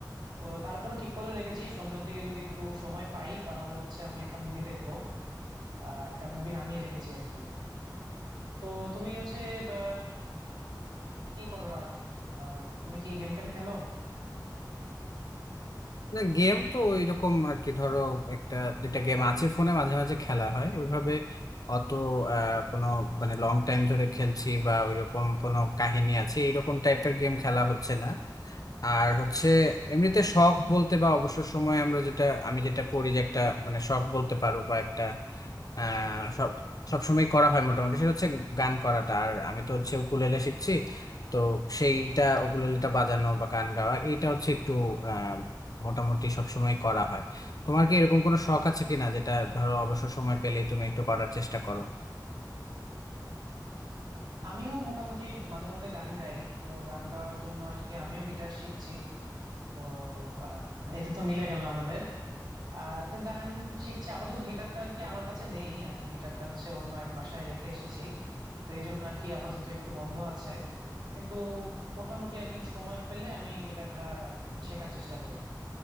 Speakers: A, on the right (about 75°); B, on the left (about 55°).
A: তো তারপরে ঠিক করে রেখেছি সন্ধ্যার দিকে যদি একটু সময় পাই তাহলে হচ্ছে আমি একটা মুভি দেখবো আহ একটা মুভি নামিয়ে রেখেছি আর কি তো তুমি হচ্ছে আহ, কি করো আর আহ, তুমি কি গেম টেম খেলো
B: না গেম তো ওইরকম আর কি ধরো একটা দুইটা গেম আছে ফোনে মাঝে মাঝে খেলা হয় ওইভাবে অত আহ, কোনো মানে লং টাইম ধরে খেলছি বা ওইরকম কোনো কাহিনী আছে এইরকম টাইপের গেম খেলা হচ্ছে না আর হচ্ছে এমনিতে শখ বলতে বা অবসর সময় আমরা যেটা আমি যেটা করি যে একটা মানে শখ বলতে পারো বা একটা আহ সব সবসময় করা হয় মোটামুটি সেটা হচ্ছে গান করাটা আর আমি তো হচ্ছে উকুলেলে শিখছি তো সেইটা উকুলেলেটা বাজানো বা গান গাওয়া এটা হচ্ছে একটু আহ মোটামুটি সবসময় করা হয় তোমার কি এরকম কোনো শখ আছে কিনা যেটা ধরো অবসর সময় পেলেই তুমি একটু করার চেষ্টা করো
A: আমিও মোটামুটি মাঝে মধ্যে গান গাই তো গান গাওয়ার জন্য আর কি আমিও গিটার শিখছি তো আহ, এটা তো মিলে গেল আমাদের আহ তো গান শিখছি আপাতত গিটারটা আর কি আমার কাছে নেই আপ- গিটারটা হচ্ছে অন্য এক বাসায় রেখে এসেছি তো এই জন্য আর কি আপাতত একটু বন্ধ আছে কিন্তু মোটামুটি আর কি সময় পেলে আমি গিটারটা শেখার চেষ্টা করি